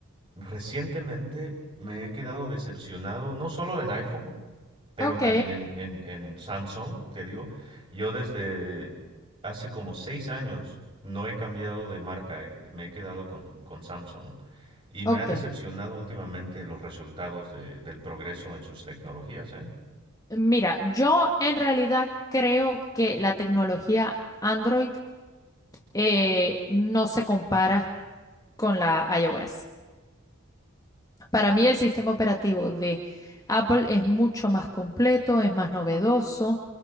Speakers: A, on the right; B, on the left.
A: Recientemente me he quedado decepcionado, no solo en iPhone, pero
B: Ok,
A: también en, en- en Samsung, te digo. Yo desde hace como seis años no he cambiado de marca, he- me he quedado con, con Samsung. Y me
B: ok.
A: ha decepcionado últimamente los resultados de- del progreso en sus tecnologías, ¿eh?
B: Mira, yo en realidad creo que la tecnología Android eh, no se compara con la iOS. Para mí el sistema operativo de Apple es mucho más completo, es más novedoso.